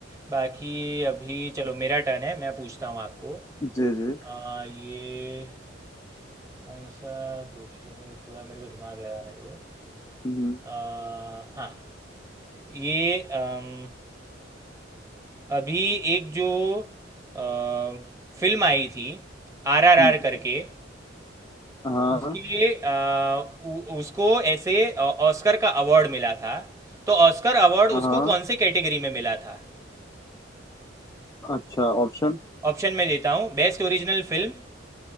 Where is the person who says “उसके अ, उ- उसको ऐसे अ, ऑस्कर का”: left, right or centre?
Right